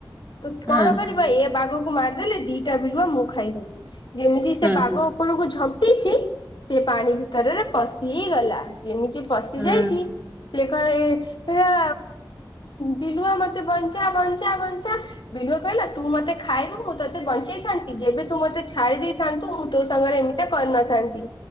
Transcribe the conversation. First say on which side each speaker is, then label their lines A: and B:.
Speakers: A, on the left; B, on the right.
A: ତ
B: ହୁଁ
A: କଣ କରିବ ଏ ବାଘକୁ ମାରିଦେଲେ ଦିଟା ବିଲୁଆ ମୁଁ ଖାଇବି ଯେମିତି
B: ହୁଁ
A: ସେ ବାଘ ଉପରକୁ ଝମ ଝମ୍ପିଛି ସେ ପାଣି ଭିତରରେ ପଶିଗଲା ଯେମିତି ପଶି
B: ହୁଁ
A: ଯାଇଛି ସେ କହେ ସେଇଆ ବିଲୁଆ ମତେ ବଞ୍ଚା ବଞ୍ଚା ବଞ୍ଚା ବିଲୁଆ କହିଲା ତୁ ମତେ ଖାଇବୁ ମୁଁ ତୋତେ ବଞ୍ଚେଇଥାନ୍ତି ଯେବେ ତୁ ମତେ ଛା ଛାଡିଦେଇଥାନ୍ତୁ ମୁଁ ତୋ ସାଙ୍ଗରେ ଏମିତି କରିନଥାନ୍ତି